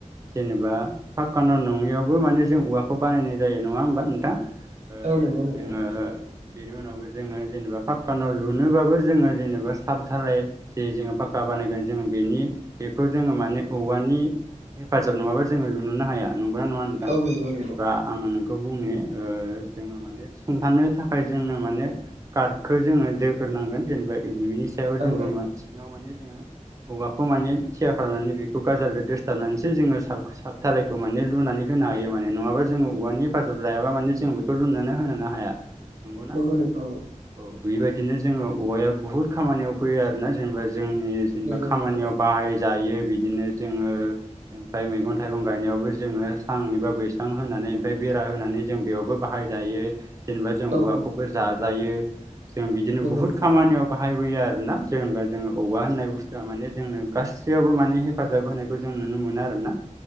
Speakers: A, on the right; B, on the right.
A: जेनेबा पाक्कान' नङियावबो माने जों औवाखौ बानायनाय जायो नङा होमबा नोंथां। ओ
B: औ नंगौ नोंथां
A: जोंङो बेनि उनावबो जोंङो जेनेबा पाक्का न'लुनोबाबो जोंङो जेनेबा सामधालाय जे जोंङो पक्का बानायगोन जों बेनि बेखौ जोंङो माने औवानि हेफाजाब नङाबा जोङो लुनोनो हाया नंग्रा नङा नोंथां?
B: औ नंगौ नंगौ
A: जेनेबा आङो नोंखौ बुंनो ओ जोङो माने सथानो थाखाय जोंनो माने गार्खौ जोङो दोग्रोनांगोन जेनेबानि सायाव जोंङो
B: औ औ
A: सिङाव माने जोङो औबेवाखौ माने थिया खालामनानै बेखौ गाजजाल दोसथाबनानैसो जोंङो साबथालायखौ माने लुनानै होनो हायो माने नङाबा। जोंङो औवानि हेफाजाब लायाबा माने जों बेखौ लुनानै होनोनो हाया। नंगौना
B: नोंगौ नोंथां औ।
A: औ बेबायदिनो जोंङो औवाया बुहुद खामानियाव फैयो आरोना जेनेबा जोंनि
B: औ
A: जेनबा
B: नंगौ
A: खामानियाव
B: नोंथां
A: बाहायजायो बिदिनो जोंङो ओमफ्राय मैगं थाइगं गायनायावबो जोंङो सां एबा बैसां होनानै ओमफ्राय बेरा होनानै जों बेयावबो बाहायजायो जेनेबा जों
B: औ
A: औवाखौबो
B: औ
A: जाजायो जों बिदिनो
B: नंगौ
A: बुहुत
B: नंगौ
A: खामानियाव बाहायबोयो आरोना जेनेबा जोंङो औवा होननाय बुस्थुआ माने जोंनो गासिबो फ्रियावबो माने हेफाजाब होनायखौ जों नुनो मोनो आरोना